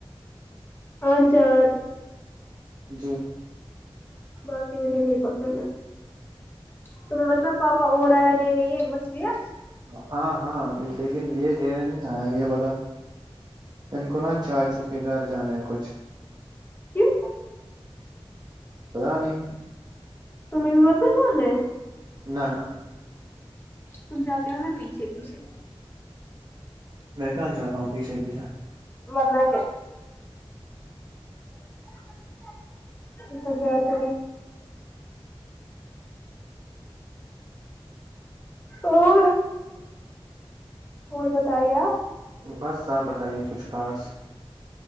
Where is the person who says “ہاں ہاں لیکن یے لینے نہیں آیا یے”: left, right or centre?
Right